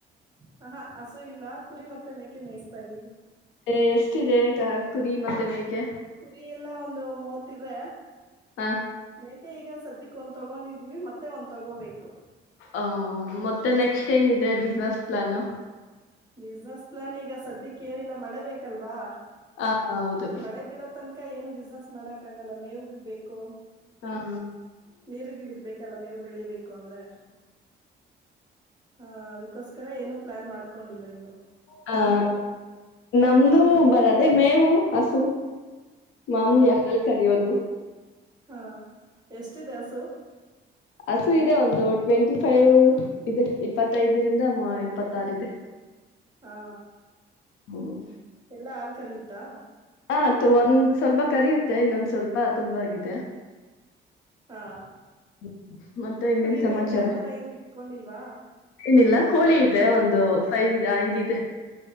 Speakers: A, on the right; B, on the left.
A: ಹ ಹಾ. ಹಸು ಇಲ್ಲ ಕುರಿ ಮತ್ತೆ ಮೇಕೆ ಮೇಸ್ ಪವಿವಿ ಪ.
B: ಅರೆ ಎಷ್ಟಿದೆ ಕುರಿ ಮತ್ತೆ ಮೇಕೆ.
A: ಕುರಿ ಎಲ್ಲಾ ಒಂದು ಮೂವತ್ತಿವೆ
B: ಹ
A: ಮೇಕೆ ಈಗ ಸದ್ಯಕ್ಕೆ ಒಂದ್ ತಗೊಂಡಿದೀವಿ ಮತ್ತೆ ಒಂದ್ ತಗೋಬೇಕು.
B: ಹಾ-ಹಾ ಮತ್ತೆ ನೆಕ್ಸ್ಟ್ ಏನಿದೆ ಬಿಸ್ನೆಸ್ ಪ್ಲಾನ್.
A: ಬಿಸ್ನೆಸ್ ಪ್ಲಾನ್ ಈಗ ಸದ್ಯಕ್ಕೆ ಏನಿಲ್ಲ ಮಳೆ ಬೇಕಲ್ವಾ
B: ಹ ಹೌದು
A: ಮಳೆ ಬೀಳೋ ತನಕ ಏನು ಬಿಸ್ನೆಸ್ ಮಾಡಕ್ಕ ಆಗಲ್ಲ ಮೇವುಗಳ್ ಬೇಕು.
B: ಹ
A: ನೀರಿಗು ಇರ್ಬೇಕಲ್ಲ ಮೇವು ಬೆಳಿಬೇಕು <unintelligible> ಅಂದ್ರೆ ಹಾ ಅದಕ್ಕೋಸ್ಕರ ಏನು ಪ್ಲಾನ್ ಮಾಡ್ಕೊಂಡಿಲ್ಲ ಇನ್ನು
B: ಹ
A: ನಿಮ್ದು
B: ನಮ್ದು ಬರದೇ ಮೇವು ಹಸು ಮಾಮೂಲಿ
A: ಹ
B: ಹಾಲ್ಕರಿಯದು
A: ಹಾ ಎಷ್ಟಿದೆ ಹಸು
B: ಹಸು ಇದೆ ಒಂದು ಟ್ವೆಂಟಿ ಫೈವ್ ಇದೆ ಇಪ್ಪತ್ತೈದರಿಂದ ಇಪ್ಪತ್ತಾರು ಇದೆ.
A: ಹಾ
B: ಹ್ಮ
A: ಎಲ್ಲಾ ಹಾಲ್ ಕರಿಯುತ್ತಾ.
B: ಹಾ ಒಂದ್ ಸ್ವಲ್ಪ ಕರಿಯುತ್ತೆ ಇನ್ನೊಂದ್ ಸ್ವಲ್ಪ ತುಂಬಾಗಿದೆ.
A: ಹಾ
B: <inaudible> ಇನ್ನೇನ್
A: ಕುರಿ
B: ಸಮಾಚಾರ
A: ಮೇಕೆ ಆತರ ಏನು ಇಟ್ಕೊಂಡಿಲ್ವಾ.
B: ಏನಿಲ್ಲ ಕೋಳಿ ಇದೆ ಒಂದು ಫೈವ್ ಇದೆ ಐದ್ ಇದೆ.